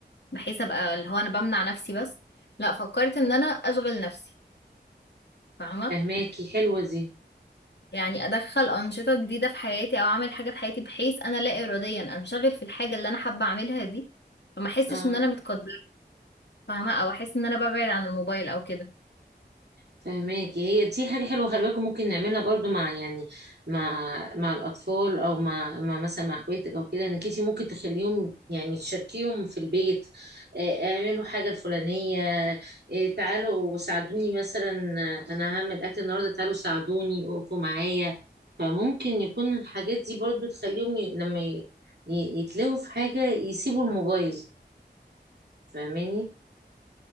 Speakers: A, on the left; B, on the right.
A: بحيث ابقى اللي هو انا بمنع نفسي بس لا فكرت ان انا اشغل نفسي فاهمة
B: فهماكي حلوه دي
A: يعني ادخل انشطة جديدة في حياتي او اعمل حاجة في حياتي بحيث انا لا اراديا انشغل في الحاجة اللي انا حابة اعملها دي فما احسش
B: اه
A: ان انا متقدرة فاهمة او احس ان انا ببعد عن الموبايل او كده
B: فهماكي هي دي حاجة حلوة خلي بالكم ممكن نعملها برضو مع يعني مع مع الأطفال أو مع, مع مثلا مع اخواتك أو كده إنك انتي ممكن تخليهم يعني تشاركيهم في البيت آه، اعملوا حاجة الفلانية آه، تعالوا ساعدوني مثلا آه، أنا هعمل أكل النهاردة تعالوا ساعدوني اقفوا معايا فممكن يكون الحاجات دي برضو تخليهم ي- لما ي- ي- يتلهوا في حاجة يسيبوا الموبايل فاهماني؟